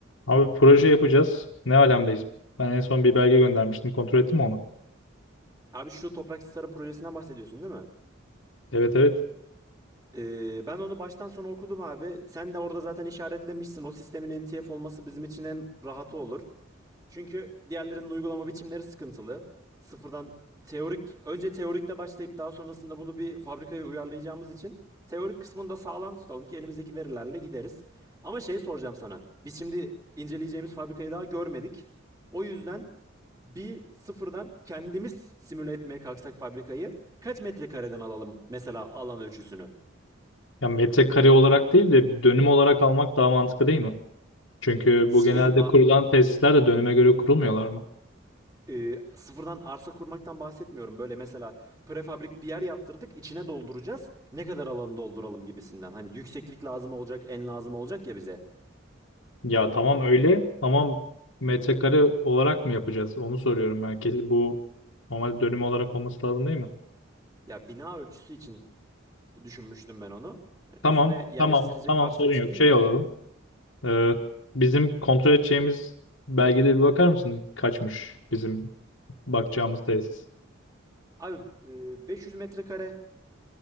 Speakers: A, on the left (about 75°); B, on the right (about 20°).
A: Abi proje yapacağız. Ne alemdeyiz? Ben en son bir belge göndermiştim. Kontrol ettin mi onu?
B: Abi şu Topraksızlar'ın projesinden bahsediyorsun değil mi?
A: Evet evet.
B: Ee, ben onu baştan sona okudum abi. Sen de orada zaten işaretlemişsin. O sistemin NTF olması bizim için en rahatı olur. Çünkü diğerlerinin uygulama biçimleri sıkıntılı. Sıfırdan teorik, önce teorikle başlayıp daha sonrasında bunu bir fabrikaya uyarlayacağımız için teorik kısmını da sağlam tutalım ki elimizdeki verilerle gideriz. Ama şey soracağım sana. Biz şimdi inceleyeceğimiz fabrikayı daha görmedik. O yüzden bir sıfırdan kendimiz simüle etmeye kalksak fabrikayı kaç metrekareden alalım mesela alan ölçüsünü?
A: Ya metrekare olarak değil de dönüm olarak almak daha mantıklı değil mi? Çünkü
B: Şey
A: bu genelde
B: a-
A: kurulan tesisler de dönüme göre kurulmuyorlar mı?
B: e, sıfırdan arsa kurmaktan bahsetmiyorum. Böyle mesela prefabrik bir yer yaptırdık içine dolduracağız. Ne kadar alanı dolduralım gibisinden. Hani yükseklik lazım olacak, en lazım olacak ya bize.
A: Ya tamam öyle ama metrekare olarak mı yapacağız? Onu soruyorum ben. Kesin bu normalde dönüm olarak olması lazım değil mi?
B: Ya bina ölçüsü için düşünmüştüm ben onu. Hani
A: Tamam
B: üstüne yerleştirecek
A: tamam tamam
B: arsa
A: sorun
B: için
A: yok.
B: değil
A: Şey
B: de.
A: olalım. Ee, bizim kontrol edeceğimiz belgede bir bakar mısın? Kaçmış bizim bakacağımız tesis.
B: Abi e, 500 metrekare